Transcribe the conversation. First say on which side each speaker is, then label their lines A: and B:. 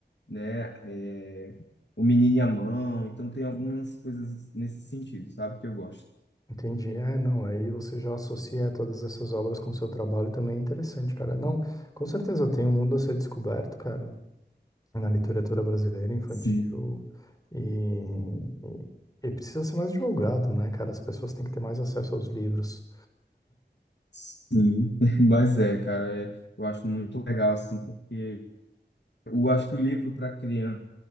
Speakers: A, on the left; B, on the left.
A: né? É, O Menino e a Mão. Então tem algumas coisas nesse sentido, sabe? Que eu gosto.
B: Entendi. É, não, aí você já associa todas essas obras com o seu trabalho também é interessante, cara. Não, com certeza tem um mundo a ser descoberto, cara, na literatura brasileira infantil
A: Sim,
B: e, e precisa ser mais divulgado, né, cara? As pessoas têm que ter mais acesso aos livros.
A: sim. <laughs> Mas é, cara, é- eu acho muito legal, assim, porque eu acho que o livro para criança